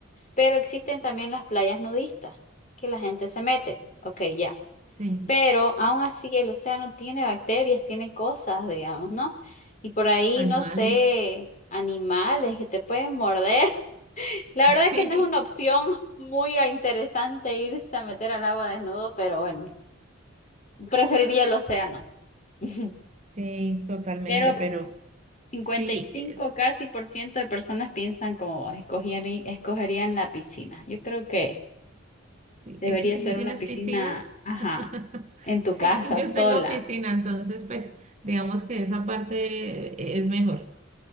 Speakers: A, on the left; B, on the right.
A: Pero existen también las playas nudistas, que la gente se mete. Ok, ya.
B: Sí,
A: Pero aún así, el océano tiene bacterias, tiene cosas, digamos, ¿no? Y por ahí,
B: animales.
A: no sé,
B: <laughs>
A: animales que te pueden morder. La
B: Sí,
A: verdad que no es una opción <laughs> muy a- interesante irse a meter al agua desnudo, pero bueno, preferiría el océano. <laughs>
B: sí, totalmente,
A: Pero
B: pero...
A: cincuenta
B: Sí,
A: y cinco
B: eh,
A: casi por ciento de personas piensan como vos, escogían- escogerían la piscina. Yo creo que
B: sí,
A: debería
B: es que si
A: ser
B: tú tienes
A: una Sí. piscina,
B: piscina,
A: ajá,
B: <laughs>
A: en tu
B: sí,
A: casa,
B: yo
A: sola.
B: tengo piscina, entonces pues digamos que esa parte eh, es mejor.